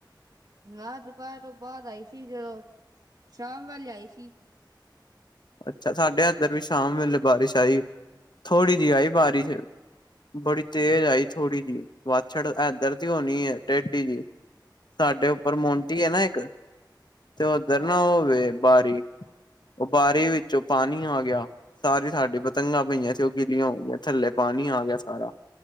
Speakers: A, on the right (about 55°); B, on the left (about 65°).
A: ਨਾ ਦੁਪੈਰ ਤੋ ਬਾਦ ਆਈ ਸੀ, ਜਦੋਂ ਸ਼ਾਮ ਵੇਲੇ ਆਈ ਸੀ।
B: ਅੱਛਾ, ਸਾਡੇ ਏਦੱਰ ਵੀ ਸ਼ਾਮ ਵੇਲੇ ਬਾਰਿਸ਼ ਆਈ, ਥੋੜੀ ਜੀ ਆਈ ਬਾਰੀਸ਼। ਬੜੀ ਤੇਜ ਆਈ ਥੋੜੀ ਜੀ, ਵਾਛੜ ਐਦੱਰ ਦੀ ਹੋਨੀ ਏ, ਟੇਡੀ ਜੀ। ਸਾਡੇ ਉੱਪਰ ਮੋਂਟੀ
A: ਹਾਂ
B: ਏ ਨਾ ਏੱਕ, ਤੇ ਓਦੱਰ
A: ਹਾਂ
B: ਨਾ ਓ ਵੇ ਬਾਰੀ ਉਹ ਬਾਰੀ ਵਿੱਚੋਂ ਪਾਨੀ ਆ ਗੇਆ। ਸਾਰੀ ਸਾਡੀ ਪਤੰਗਾਂ ਪਈਆਂ ਸੀ, ਓ ਗਿੱਲੀਆਂ ਹੋ ਗੀਆਂ, ਥੱਲੇ ਪਾਨੀ ਆ ਗੇਆ ਸਾਰਾ।